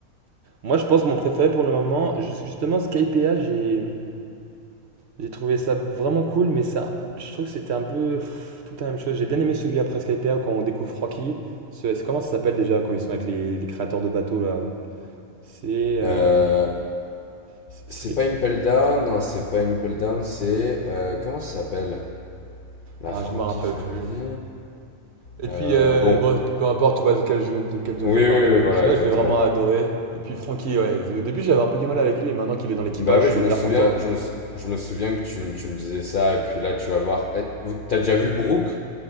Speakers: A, on the right; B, on the left.
A: Moi, je pense que mon préféré pour le moment, ju- justement, Skypea, j'ai j'ai trouvé ça vraiment cool, mais ça, je trouve que c'était un peu pff, tout le temps la même chose. J'ai bien aimé celui après Skypea quand on découvre Rocky. Ce- c'est- comment ça s'appelle déjà quand ils sont avec les, les créateurs de bateaux là? C'est. euh,
B: euh,
A: c'est- c'est-
B: c'est pas Impel Down, non, c'est pas Impel Down, c'est euh, comment ça s'appelle? La
A: Ah,
B: Frankie
A: je me rappelle
B: Family.
A: plus. Et
B: Euh,
A: puis, euh,
B: bon,
A: bon, peu importe, tu vois de quel jeu, de quel jeu
B: oui,
A: je
B: oui,
A: parlais.
B: oui, oui, voilà,
A: Celui-là,
B: exactement.
A: je l'ai vraiment adoré. Et puis, Francky, ouais. Au début, j'avais un peu du mal avec lui, et maintenant qu'il est dans l'équipage,
B: Bah oui,
A: je suis
B: je me
A: hyper
B: souviens,
A: content.
B: je me, sou- je me souviens que tu, me- tu me disais ça, et puis là, tu vas voir. Eh, T'as déjà vu Brooke?